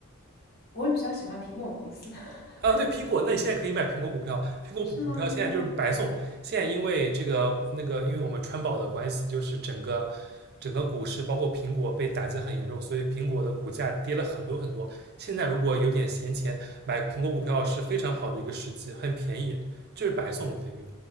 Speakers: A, on the left; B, on the right.
A: 我比较喜欢苹果公司，<laughs>
B: 啊，对，苹果，那你现在可以买苹果股票，苹果股票现在就是白送，
A: 是吗？真的吗？嗯
B: 现在因为这个那个，因为我们川宝的关系，就是整个整个股市包括苹果被打击很严重，所以苹果的股价跌了很多很多。现在如果有点闲钱买苹果股票是非常好的一个时机，很便宜，就是白送等于，
A: ，OK，